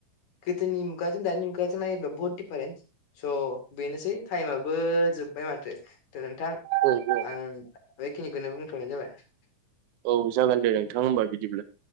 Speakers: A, on the left (about 65°); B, on the right (about 75°).
A: गोदोनि दानि बहुत दिफारेन्स स' बेनोसै टाइमाबो जोब्बाय माथो नोंथां
B: औ औ
A: आं बेखिनिखौनो बुंथ'नाय जाबाय।
B: औ जागोन दे नोंथां होमबा बिदिब्लाए।